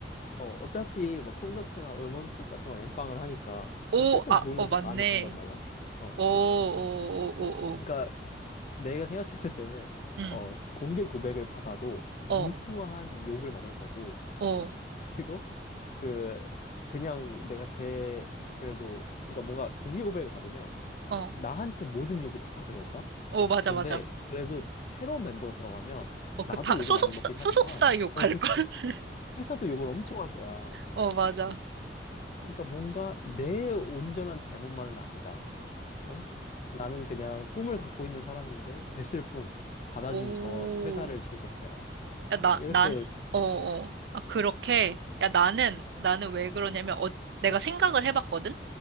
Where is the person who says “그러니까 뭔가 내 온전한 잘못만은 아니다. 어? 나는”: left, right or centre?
Left